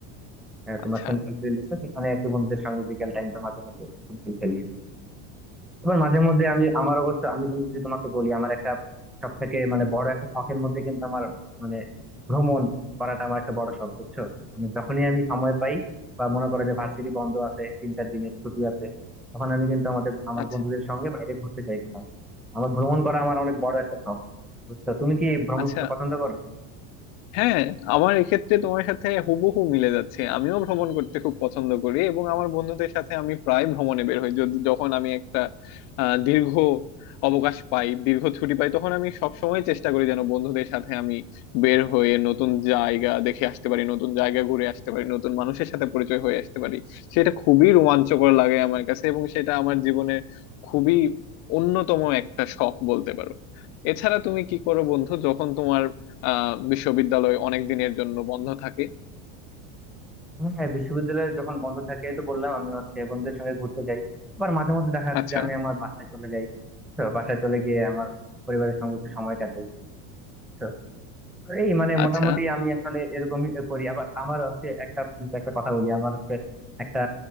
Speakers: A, in the centre; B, on the left.
A: আহ, তোমার
B: আচ্ছা
A: সেন্ট্রাল ফিল্ড আছে সেখানে একটু বন্ধুদের সঙ্গে বিকেল টাইমটা মাঝে মধ্যে ফুটবল খেলি আর কি। এবার মাঝে মধ্যে আমি আমার অবস্থা আমি তুমি যদি তোমাকে বলি আমার একটা সব থেকে মানে বড় একটা শখের মধ্যে কিন্তু আমার মানে ভ্রমণ করাটা আমার একটা বড় শখ বুঝছো মানে যখনই আমি সময় পাই বা মনে করো যে ভার্সিটি বন্ধ আছে তিন চার দিনের ছুটি আছে তখন আমি কিন্তু আমাদের আমার
B: আচ্ছা
A: বন্ধুদের সঙ্গে বাইরে ঘুরতে চাই কোথাও আমার ভ্রমণ করা আমার অনেক বড় একটা শখ বুঝছো তুমি কি ভ্রমণ
B: আচ্ছা
A: করতে পছন্দ করো
B: হ্যাঁ আমার এক্ষেত্রে তোমার সাথে হুবহু মিলে যাচ্ছে আমিও ভ্রমণ করতে খুব পছন্দ করি এবং আমার বন্ধুদের সাথে আমি প্রায় ভ্রমণে বের হই যদি- যখন আমি একটা আহ, দীর্ঘ অবকাশ পাই দীর্ঘ ছুটি পাই তখন আমি সবসময় চেষ্টা করি যেন বন্ধুদের সাথে আমি বের হয়ে নতুন জায়গা দেখে আসতে পারি নতুন জায়গা ঘুরে আসতে পারি নতুন মানুষের সাথে পরিচয় হয়ে আসতে পারি সেটা খুবই রোমাঞ্চকর লাগে আমার কাছে এবং সেটা আমার জীবনের খুবই অন্যতম একটা শখ বলতে পারো এছাড়া তুমি কি করো বন্ধু যখন তোমার আহ বিশ্ববিদ্যালয় অনেক দিনের জন্য বন্ধ থাকে
A: হ্যাঁ বিশ্ববিদ্যালয়ে যখন বন্ধ থাকে এই তো বললাম আমি হচ্ছে বন্ধুদের সঙ্গে ঘুরতে যাই আবার মাঝে মধ্যে দেখা যাচ্ছে
B: আচ্ছা
A: যে আমি আমার বাসায় চলে যাই তো বাসায় চলে গিয়ে আমার পরিবারের সঙ্গে একটু সময় কাটাই তো এই মানে
B: আচ্ছা
A: মোটামুটি আমি আসলে এরকমই করি আবার আমার হচ্ছে একটা তোমাকে একটা কথা বলি আমার হচ্ছে একটা